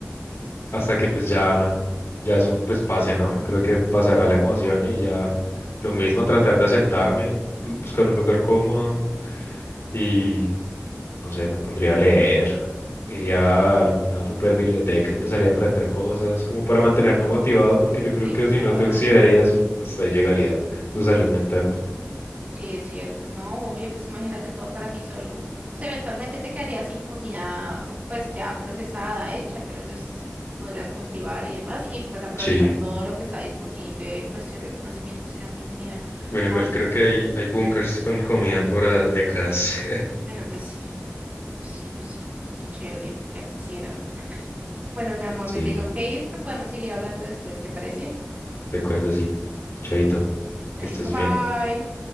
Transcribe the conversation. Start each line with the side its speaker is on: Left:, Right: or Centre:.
Left: hasta que pues ya, ya eso pues pase, ¿no? Yo creo que pasará la emoción y ya lo mismo, tratar de asentarme, buscar un lugar cómodo y, no sé, me pondría a leer, iría a alguna super biblioteca, empezaría a aprender cosas, como para mantenerme motivado, porque yo creo
Right: Sí,
Left: que si
Right: claro.
Left: no te oxidarías y hasta ahí llegaría tu salud mental.
Right: Sí, es cierto. No, obvio, pues imagínate todo para ti solo. Pues eventualmente te quedaría sin comida, pues ya procesada, hecha, pero pues podrías cultivar y demás y pues aprovechar
Left: Sí.
Right: todo lo que está disponible en cuestión de conocimiento. Sería muy genial.
Left: Bueno, igual
Right: Ay,
Left: creo que hay, hay bunkers con comida por ah, décadas. <laughs>
Right: bueno, pues sí, pues sí, pues sí. Qué chévere, ya quisiera. Bueno, mi amor,
Left: Sí,
Right: me tengo que ir, pero podemos seguir hablando después, ¿te parece?
Left: de acuerdo, sí. Chaito,
Right: Dale,
Left: que estés
Right: bye bye.
Left: bien.